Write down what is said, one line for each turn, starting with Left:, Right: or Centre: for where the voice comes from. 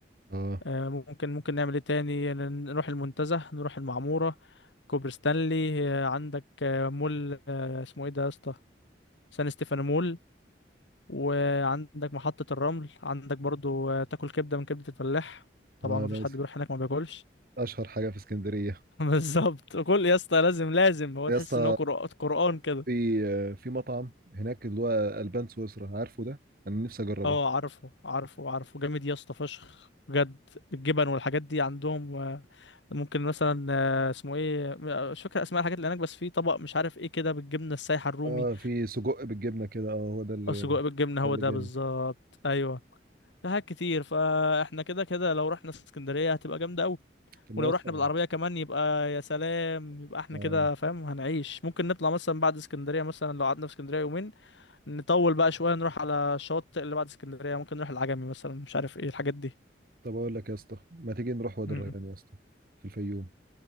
Right: اه
Left: آه، ممكن ممكن نعمل ايه تاني نروح المنتزه نروح المعمورة كوبري ستانلي آه، عندك آه، مول آه، اسمه ايه ده يا اسطى سان ستيفانو مول وعندك محطة الرمل عندك برضو آه، تاكل كبدة من كبدة الفلاح طبعا
Right: اه
Left: مفيش
Right: لا
Left: حد
Right: اس-
Left: بيروح هناك ما بياكلش
Right: اشهر حاجه في اسكندريه
Left: <laughs> بالظبط كل يا اسطى لازم لازم هو
Right: يا
Left: تحس
Right: اسطى
Left: ان هو قرآ- قرآن كده
Right: في آه، في مطعم هناك اللي هو البان سويسرا عارفه ده انا نفسي اجربه
Left: اه عارفه عارفه عارفه جامد يا اسطى فشخ بجد الجبن والحاجات دي عندهم آه، ممكن مثلا آه، اسمه ايه م- مش فاكر اسماء الحاجات اللي هناك بس في طبق مش عارف ايه كده بالجبنه السايحه الرومي
Right: اه في سجق بالجبنه كده اه هو ده اللي
Left: او سجق بالجبنه
Right: ده
Left: هو
Right: اللي
Left: ده
Right: جامد
Left: بالظبط ايوه في حاجات كتير فاحنا كده كده لو رحنا اسكندريه هتبقى جامده قوي
Right: طب
Left: ولو
Right: ما
Left: رحنا
Right: يا
Left: بالعربيه كمان يبقى يا سلام يبقى احنا
Right: اسطى
Left: كده فاهم هنعيش ممكن نطلع مثلا بعد اسكندريه مثلا لو قعدنا في اسكندريه يومين نطول بقى شويه نروح على الشواطئ اللي بعد اسكندريه ممكن نروح العجمي مثلا مش عارف ايه الحاجات دي
Right: طب اقول لك يا اسطى ما تيجي نروح وادي
Left: مم.
Right: الريان يا اسطى في الفيوم